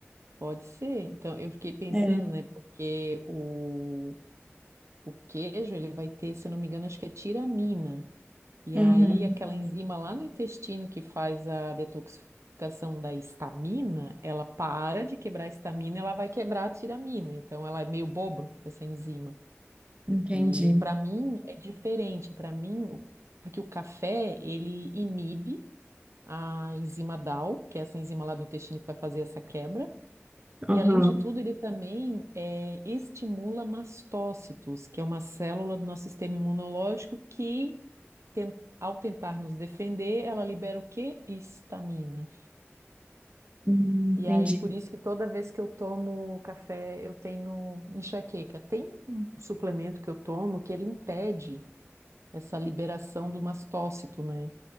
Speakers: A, on the right; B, on the right.
A: pode ser. Então, eu fiquei pensando,
B: É.
A: né, porque o O queijo, ele vai ter, se eu não me engano, acho que é tiramina. E
B: Uhum.
A: aí, aquela enzima lá no intestino que faz a detoxificação da histamina, ela para de quebrar a histamina, ela vai quebrar a tiramina. Então, ela é meio boba, essa enzima.
B: Entendi.
A: E para mim é diferente. Para mim, o- porque o café, ele inibe a enzima DAO, que é essa enzima lá do intestino que vai fazer essa quebra.
B: Aham.
A: E além de tudo, ele também eh, estimula mastócitos, que é uma célula do nosso sistema imunológico que, ten- ao tentar nos defender, ela libera o quê? Histamina.
B: Uhum. Hum,
A: E aí,
B: Entendi.
A: por isso que toda vez que eu tomo café, eu tenho enxaqueca. Tem um suplemento que eu tomo que ele impede essa liberação do mastócito, né?